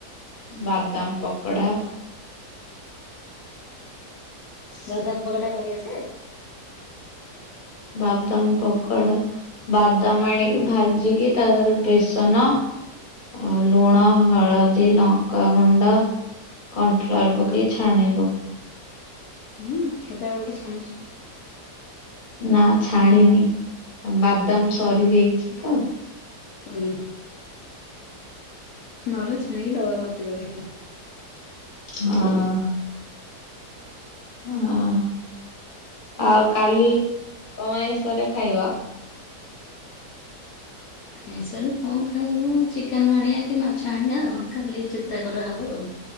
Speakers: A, on the left; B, on the left.
A: ବାଦାମ ପକୋଡା।
B: ବାଦାମ ପକଡା କରିଆସେ।
A: ବାଦାମ ପକଡା। ବାଦାମ ଆଣିକି ଭାଜିକି ତା ଦେହରେ ବେସନ। ଆ ଲୁଣ ହଳଦୀ ଲଙ୍କାଗୁଣ୍ଡା। କର୍ଣଫ୍ଲୱାର ପକେଇ ଛାଣିବ।
B: ହଁ କେତେବେଳେ ଗୋଟେ ଛାଣିଛୁ।
A: ନା ଛାଣିନି ବାଦାମ ସରି ଯାଇଛି ତ।
B: ହୁଁ ନହଲେ ଛାଣିକି ଡବା ଭର୍ତି କରା ହେଇଥନ୍ତା
A: ହଁ ହଁ। ହଁ ଆଉ କାଲି କଣ ଆଇଁଷରେ ଖାଇବା।
B: ଏସରେ କଣ ଖାଇବ ଚିକେନ ଆଣିବା କି ମାଛ ଆଣିବା କ କାଲି ଚିନ୍ତା କରାହେବ ଆଉ।